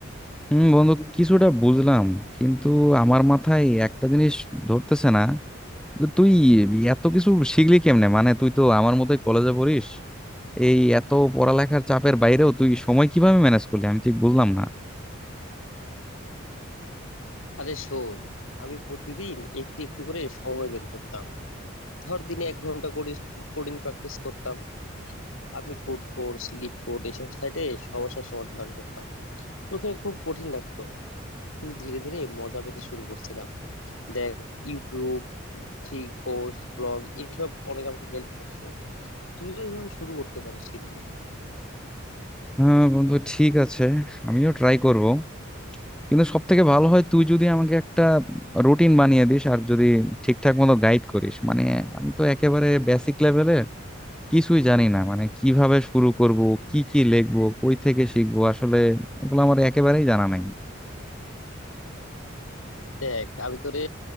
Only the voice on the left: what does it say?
আরে শোন আমি প্রতিদিন একটু একটু করে সময় বের করতাম ধর দিনে এক ঘন্টা করে কোডিং প্র্যাকটিস করতাম আমি কোড ফোর্স লিড কোড এসব সাইটে সমস্যার সমাধান করতাম প্রথমে খুব কঠিন লাগতো কিন্তু ধীরে ধীরে মজা পেতে শুরু করছিলাম দেখ ইউটিউব ফ্রি কোর্স ব্লগ এইসব অনেক আমাকে হেল্প করছে তুইও এইভাবে শুরু করতে পারিস কিন্তু
দেখ আমি তোরে